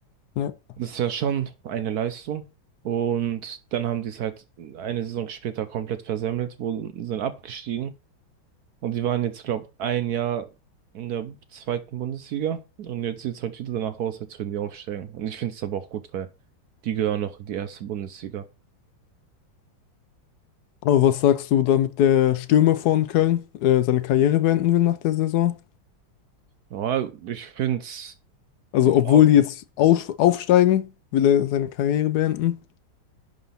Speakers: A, on the left (about 75°); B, on the right (about 75°).
A: Ja.
B: Das ist ja schon eine Leistung. Und dann haben die es halt eine Saison später komplett versemmelt, wurden, sind abgestiegen. Und die waren jetzt, glaube ein Jahr in der zweiten Bundesliga. Und jetzt sieht es halt wieder danach aus, als würden die aufsteigen. Und ich finde es aber auch gut, weil die gehören noch in die erste Bundesliga.
A: Aber was sagst du, damit der Stürmer von Köln äh, seine Karriere beenden will nach der Saison?
B: ja ich finde es
A: Also,
B: in
A: obwohl
B: Ordnung.
A: die jetzt auf, aufsteigen, will er seine Karriere beenden.